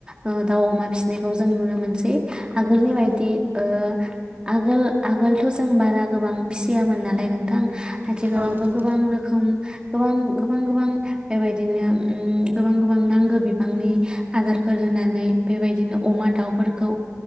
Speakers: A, on the right; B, on the right.
A: ओ दाउ अमा फिसि नायखौ जों ननो मो मोनसै आगोलनि
B: औ
A: बायदि ओ आगोल आगोलथ जों बारा गोबां फिसियामोन नालाय नों थां आथिखालावबो
B: औ नंगौ
A: गोबां रोखोम गोबां गोबां गोबां बेबायदिनो उम गोबां गोबां नांगौ बिबांनि आदारफोर होनानै बेबायदिनो अमा दाउफोरखौ